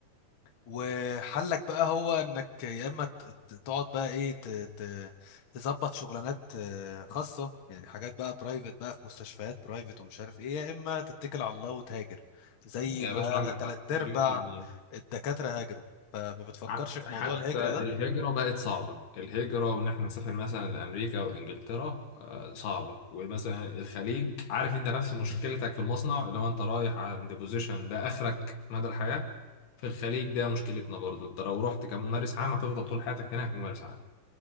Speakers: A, on the left (about 50°); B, on the left (about 85°).
A: وحلك بقى هو انك يا اما ت- ت- تقعد بقى ايه ت- ت- تظبط شغلانات آه، خاصه يعني حاجات بقى برايفت بقى في مستشفيات برايفت ومش عارف ايه يا اما تتكل على الله وتهاجر زي
B: يا
A: ما
B: باشا عندك
A: تلات
B: حق مليون
A: ارباع
B: في المية
A: الدكاتره هاجروا فما بتفكرش
B: ع-
A: في
B: حتى
A: موضوع الهجره
B: الهجرة
A: ده
B: بقت صعبة الهجرة وإن إحنا نسافر مثلا لأمريكا وإنجلترا آه، صعبة ومثلا الخليج عارف أنت نفس مشكلتك في المصنع اللي هو أنت رايح عند بوزيشن ده آخرك مدى الحياة في الخليج ده مشكلتنا برضو أنت لو رحت كممارس عام هتفضل طول حياتك هناك ممارس عام